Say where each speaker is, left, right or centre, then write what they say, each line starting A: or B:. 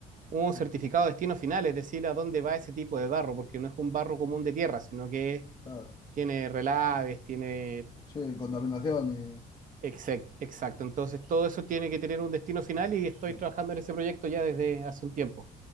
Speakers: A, on the right (about 50°); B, on the left (about 25°).
A: un
B: mm,
A: certificado de destino final, es decir, a dónde va ese tipo de barro, porque no es un barro común de tierra, sino que es
B: Claro,
A: tiene relaves, tiene...
B: sí, contaminación y...
A: exact- Exacto, entonces todo eso tiene que tener un destino final y estoy
B: mm,
A: trabajando en ese proyecto ya desde hace un tiempo.